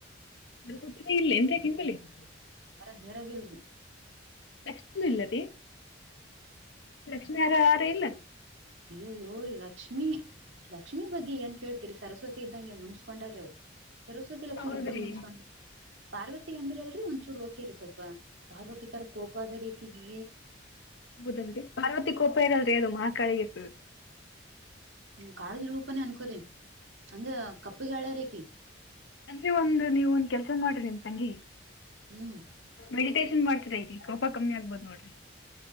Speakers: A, on the left (about 65°); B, on the right (about 70°).
A: ಅ, ಸುಟ್ಟಿನ ಇಲ್ಲ ಎಂದಕಂಬಲಿ. <inaudible>
B: ಜರಬಲ್ ರಿ
A: ತಕ್ಷ ಇಲ್ಲ ರಿ ಕೃಷ್ಣರ ಆರ ಇಲ್ಲ
B: ಅಯ್ಯೋ ಯ್ಯೋ ಲಕ್ಷ್ಮಿ ಲಕ್ಷ್ಮಿ ಬಗ್ಗೆ ಏನ್ ಕೇಳ್ತೀರಿ ಸರಸ್ವತಿ ಇದ್ದಂಗೆ ಮುನ್ಸ್ಕೊಂಡ್ರ ಅವ್ರು ಸರಸ್ವತಿ ಲಕ್ಷ್ಮಿ
A: ಹೌದ್ರಿ
B: ಇಬ್ಬರು ಮುಂಸ್ಕಾಮಿ ಪಾರ್ವತಿ ಅಂದ್ರ ಅಲ್ರಿ ಒಂಚೂರು ಓಕೇರಿ ಸ್ವಲ್ಪ ಪಾರ್ವತಿ ತರ ಕೋಪ ಅದರಿ ಈಕೆಕೆ
A: ಹೌದಲ್ರಿ ಪಾರ್ವತಿ ಕೊೋಪ್ಪ ಇರಲ್ರರಿ ಅದು ಮಹಾಕ್ <unintelligible>
B: ಹ್ಮ ಕಾಳಜಿ ರೂಪಾನೇ ಅನ್ಕೋ್ರಿ ಅಂದ ಕಪ್ಪಗೆಾಳ್ಯ ರೇಕಿ
A: ಅಂದ್ರೆ ಒಂದು್ ನೀವ ಒಂದ ಕೆಲ್ಸ ಮಾಡ್ರಿ ನಿಮ್ ತಂಗಿ
B: ಹ್ಮ್
A: ಮೆಡಿಟೇೇಶನ್ ಮಾಡ ಕೊಪ ಕಮ್ಮಿ ಆಗ್ಬದ್ ನೋಡ್ರಿ